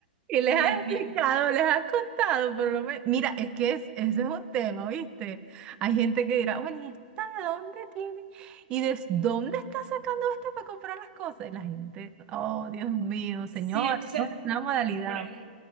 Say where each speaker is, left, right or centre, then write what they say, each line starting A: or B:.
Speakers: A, on the right; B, on the right.
A: Y
B: mi,
A: les has explicado,
B: mi-
A: les has contado, por lo menos. Mira, es que es, ese es un tema, ¿viste? Hay gente que dirá, bueno, ¿y esta de dónde tiene? ¿Y de dónde está sacando esto para comprar las cosas? Y la gente, oh, Dios mío,
B: sí,
A: señor,
B: entonces,
A: es una modalidad.
B: por, ej-